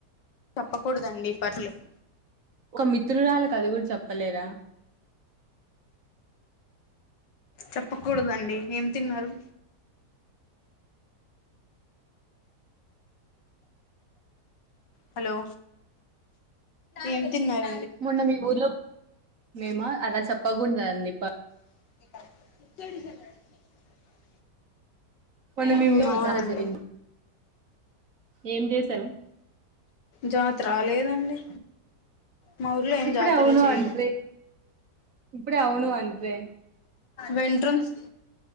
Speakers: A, on the left; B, on the right.
A: చెప్పకూడదండి పర్సనల్
B: ఒక మిత్రురాలకు అది కూడా చెప్పలేరా
A: చెప్పకూడదండి ఏం తిన్నారు హలో ఏం తిన్నార
B: మొన్న మీ ఊర్లో మేమా అలా చెప్పకూడదండి పా
A: <unintelligible>
B: మొన్న
A: మ్మ్
B: మీ <unintelligible>
A: అవునండి
B: జగిన్ ఏం చేశారు
A: జాతరా లేదండి మా ఉర్లో ఏం
B: ఇప్పుడే
A: జాతరలు
B: అవును
A: చెయ్యరు
B: అంట్రి ఇప్పుడే అవును అంట్రి
A: వెంట్రమ్స్